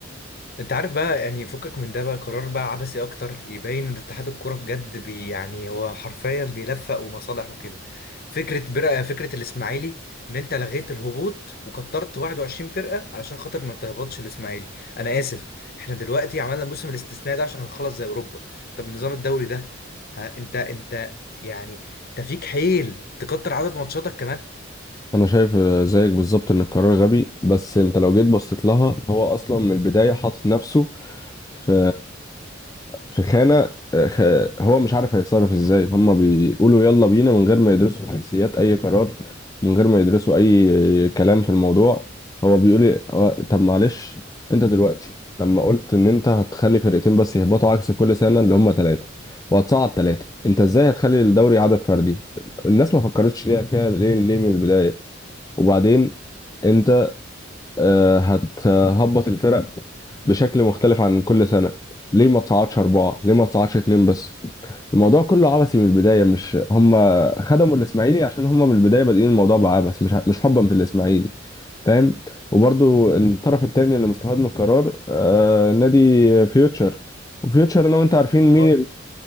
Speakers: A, on the left; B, on the left.
A: انت عارف بقى يعني فكك من ده بقى قرار بقى عبثي اكتر يبين ان اتحاد الكوره بجد بي يعني هو حرفيا بيلفق ومصالح وكده فكره برقه فكره الاسماعيلي ان انت لغيت الهبوط وكترت 21 فرقه علشان خاطر ما تهبطش الاسماعيلي انا اسف احنا دلوقتي عملنا الموسم الاستثنائي ده عشان نخلص زي اوروبا طب نظام الدوري ده ها انت انت يعني انت فيك حيل تكتر عدد ماتشاتك
B: انا شايف آه، زيك بالظبط ان القرار غبي بس انت لو جيت بصيت لها هو اصلا من البدايه حاطط نفسه في في خانه آه، خ- هو مش عارف هيتصرف ازاي هما بيقولوا يلا بينا من غير ما يدرسوا حيثيات اي قرار من غير ما يدرسوا اي كلام في الموضوع هو بيقول لي هو- طب معلش انت دلوقتي لما قلت ان انت هتخلي فرقتين بس يهبطوا عكس كل سنه اللي هما ثلاثه وهتصعد ثلاثه انت ازاي هتخلي الدوري عدد فردي الناس ما فكرتش ليه فيها ليه ليه من البدايه وبعدين انت آه، هتهبط الفرق بشكل مختلف عن كل سنة ليه ما تصعدش أربعة ليه ما تصعدش اتنين بس الموضوع كله عبثي من البداية مش هم خدموا الإسماعيلي عشان هم من البداية بادئين الموضوع بعبث مش مش حبا في الإسماعيلي فاهم وبرضو الطرف التاني اللي مستفاد من القرار آه نادي فيوتشر وفيوتشر أنا وأنت عارفين
A: كمان
B: مين